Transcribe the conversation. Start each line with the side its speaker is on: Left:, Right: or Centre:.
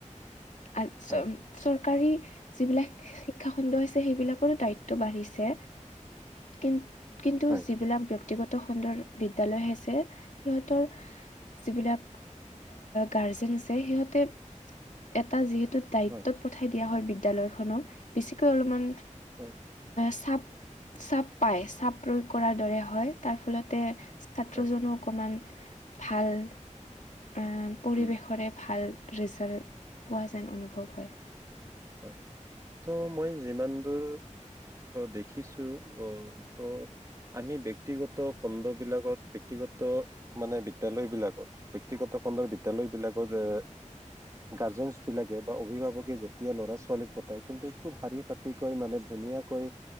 Left: আ চ
Right: হয়
Left: চৰকাৰী যিবিলাক শিক্ষা খণ্ড আছে সেইবিলাকৰো দায়িত্ব বাঢ়িছে। কিন্তু কিন্তু
Right: হয়
Left: যিবিলাক ব্যক্তিগত খণ্ডৰ বিদ্যালয় আছে, সিহঁতৰ যিবিলাক গাৰ্জেন আছে সিহঁতে এটা যিহেতু দায়িত্বত
Right: হয়
Left: পঠাই দিয়া হয় বি বিদ্যালয়খনত বেছিকৈ অলপমান
Right: হয়।
Left: চাপ-চাপ পাই, চাপ প্ৰয়োগ কৰা দৰে হয় তাৰ ফলতে ছাত্ৰজনো
Right: হয়
Left: অকমান ভাল। এ, পৰিৱেশৰে
Right: উম
Left: ভাল। ৰিজাল্ট পোৱা যেন অনুভৱ হয়।
Right: হয়, ত' মই যিমান দূৰ দেখিছো অ, ত আমি ব্যক্তিগত খণ্ড বিলাকত, ব্যক্তিগত মানে বিদ্যালয় বিলাকত, ব্যক্তিগত খণ্ডৰ বিদ্যালয় বিলাকত এ গাৰ্জেনছ বিলাকে বা অভিভাৱকে যে এতিয়া ল'ৰা ছোৱালীক পতাই কিন্তু খুব শাৰী পাতি কৈ মানে ধুনীয়াকৈ,